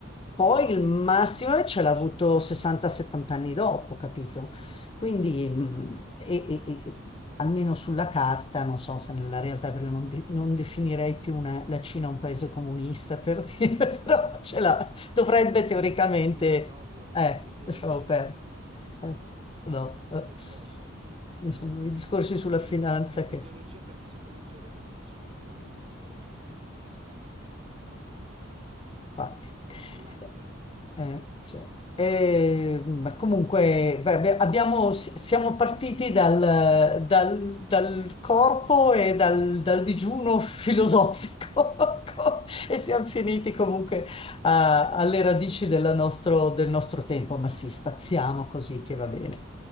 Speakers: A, on the right; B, on the left.
A: Diventa,
B: poi il
A: di-
B: massimo
A: diventa un po' difficile
B: ce l'ha avuto 60-70 anni dopo, capito? Quindi, mh, e- e- e- almeno sulla carta, non so se nella realtà, perché non, de- non definirei più una- la Cina un paese comunista, per <laughs> dire, però ce l'ha, dovrebbe
A: Beh,
B: teoricamente,
A: no, direi proprio
B: eh,
A: no, di ideologia
B: lasciamo perdere,
A: comunista
B: eh, no,
A: ha
B: eh.
A: ben poco. Ah,
B: Ci sono
A: no.
B: i discorsi
A: Ha,
B: sulla
A: ha utilizzato
B: finanza
A: questa
B: che
A: ideologia per distruggere le filosofie confuciane, maotiane, però,
B: Infatti.
A: e laotiane.
B: Eh, eh, cioè, eh, ma comunque beh, beh, abbiamo- s- siamo partiti dal, dal- dal corpo e dal, dal digiuno filosofico <laughs> e siamo finiti comunque a- alle radici
A: Esatto.
B: della nostro- del nostro tempo, ma sì, spaziamo così che va bene.